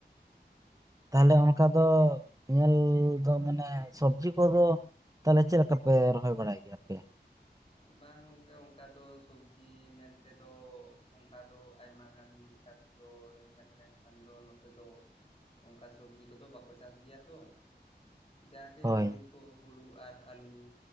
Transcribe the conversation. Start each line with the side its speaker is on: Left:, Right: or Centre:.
Right: ᱛᱟᱦᱞᱮ ᱚᱱᱠᱟ ᱫᱚ ᱧᱮᱞ ᱫᱚ ᱢᱟᱱᱮ ᱥᱚᱵᱽᱡᱤ ᱠᱚᱫᱚ ᱛᱟᱦᱚᱞᱮ ᱪᱮᱫ ᱞᱮᱠᱟ ᱯᱮ ᱨᱚᱦᱚᱭ ᱵᱟᱲᱟᱭ ᱜᱮᱭᱟ ᱯᱮ?
Left: ᱵᱟᱝ ᱜᱚᱝᱠᱮ ᱚᱱᱠᱟ ᱫᱚ ᱥᱚᱵᱽᱡᱤ ᱢᱮᱱᱛᱮᱫᱚ ᱚᱱᱠᱟ ᱫᱚ ᱟᱭᱢᱟ ᱜᱟᱱ ᱞᱮᱠ ᱪ ᱞᱮᱠᱟ ᱛᱮᱫᱚ ᱧᱮᱞ ᱞᱮᱠᱷᱟᱱ ᱫᱚ ᱱᱚᱛᱮ ᱫᱚ ᱚᱱᱠᱟ ᱥᱚᱵᱡᱤ ᱠᱚᱫᱚ ᱵᱟᱠᱚ ᱪᱟᱥ ᱜᱮᱭᱟ ᱛᱚ ᱡᱟᱜᱮ
Right: ᱦᱳᱭ
Left: ᱦᱳᱲᱩ ᱠᱚ ᱦᱩᱲᱩ ᱟᱨ ᱟᱹᱞᱩ